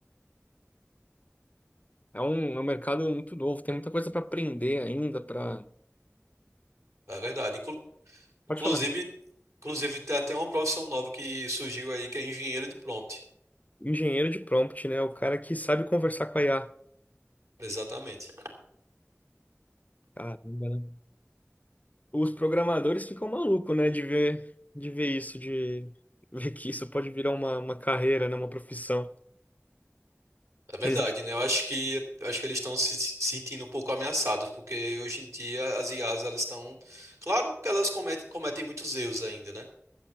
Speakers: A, on the left; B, on the right.
A: É um, é um mercado muito novo, tem muita coisa para aprender ainda, para
B: é verdade. Inclu- inclusive,
A: pode falar.
B: inclusive tem até uma profissão nova que surgiu aí, que é engenheiro de prompt.
A: Engenheiro de prompt, né? O cara que sabe conversar com a IA.
B: Exatamente.
A: Caramba, né? Os programadores ficam malucos, né? De ver, de ver isso, de ver que isso pode virar uma, uma carreira, né? Uma profissão.
B: É verdade,
A: Eles acham
B: né? Eu acho que acho que eles estão se se sentindo um pouco ameaçados, porque hoje em dia as IAs elas estão, claro que elas cometem, cometem muitos erros ainda, né?